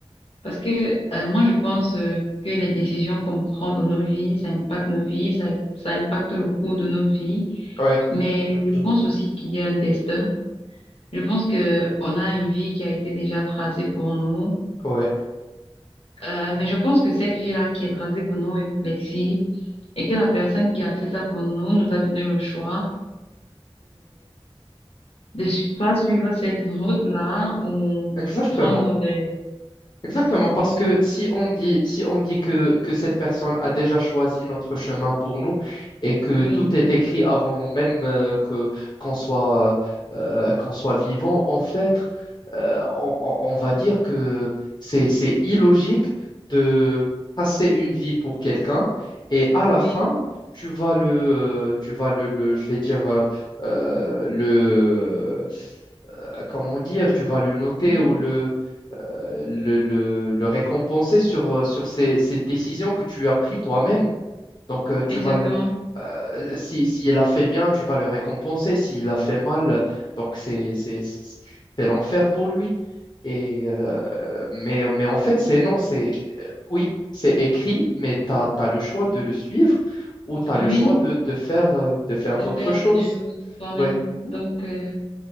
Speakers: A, on the left; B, on the left.
A: parce que euh, moi je pense euh, que les décisions qu'on prend dans nos vies, ça impacte nos vies, ça, ça impacte le cours de nos vies,
B: ouais,
A: mais
B: Exactement.
A: je pense aussi qu'il y a un destin. Je pense que on a une vie qui a été déjà tracée pour nous,
B: Ouais,
A: euh, mais je pense que cette vie-là qui est tracée pour nous est flexible et que la personne qui a fait ça pour nous nous a donné le choix de soit suivre cette route-là ou
B: exactement.
A: prendre des...
B: Exactement, parce
A: ou-
B: que si on dit, si on dit que, que cette personne a déjà choisi notre chemin pour nous et que
A: Oui,
B: tout est écrit avant même euh, que qu'on soit, euh, qu'on soit vivant, en fait, euh, on, on- on va dire que c'est, c'est illogique de passer une vie pour quelqu'un et à la
A: oui,
B: fin, tu vas le, euh, tu vas le, le- je vais dire, euh, euh, le, euh, comment dire, tu vas le noter
A: oui,
B: ou le euh, le, le- le récompenser sur, euh, sur ces, ces décisions que tu as prises toi-même. Donc, euh, tu
A: exactement.
B: vas le, euh, si, si il a fait bien, tu vas le récompenser. S'il a fait mal, euh, donc c'est, c'est, c'est c'est l'enfer pour lui. Et, euh, mais, mais en fait, c'est non, c'est euh, oui, c'est écrit, mais tu as, le choix de le suivre ou tu as
A: Oui,
B: le choix de, de faire, euh, de faire
A: de
B: d'autres
A: faire
B: choses.
A: des choses toi-même.
B: Ouais.
A: Donc, euh,